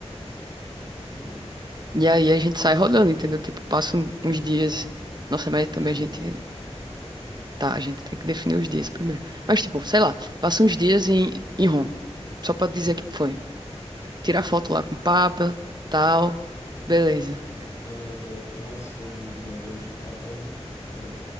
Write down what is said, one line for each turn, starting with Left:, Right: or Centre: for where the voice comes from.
Left: Hum,
Right: e aí a gente sai rodando, entendeu? Tipo, passa um- uns dias. Nossa,
Left: pô,
Right: mas também
Left: isso é
Right: a
Left: legal.
Right: gente. Tá, a gente tem que definir os dias primeiro. Mas, tipo, sei lá, passa uns dias em, em Roma. Só pra dizer
Left: Aham.
Right: que foi. tirar foto lá com o Papa, tal. Beleza.
Left: V- Vai lá naquela praça do, do Habemus Papam, né?